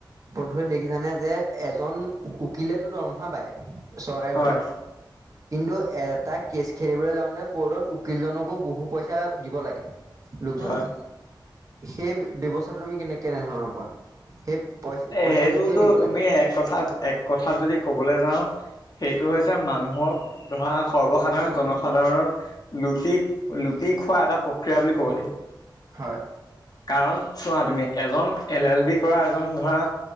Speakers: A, on the right; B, on the left.
A: পধুৰত দেখিছানে যে এজন উকিলেতো দৰমহা পাই। চৰকাৰীভাৱে।
B: হয়
A: কিন্তু এটা কেছ খেলিবলৈ যাওঁতে কৰ্টত উকিল জনকো বহু পইচা দিব লাগে। লোকজনে
B: হয়
A: সেই ব্যৱস্থাটো তুমি কেনে কেনেধৰণৰ কোৱা সেই পই পইচাটো
B: এ সেইটোতো
A: কিয় দিব
B: তুমি
A: লাগে
B: এক কথাত, এক কথাত যদি কবলৈ যাওঁ সেইটো হৈছে মানুহক ধৰা সৰ্বসাধাৰণ জনসাধাৰণক লুটি, লুটি খোৱা এটা প্ৰক্ৰিয়া বুলি ক'ব লাগিব।
A: হয়।
B: কাৰণ চোৱা তুমি এজন এল, এল বি কৰা এজন ধৰা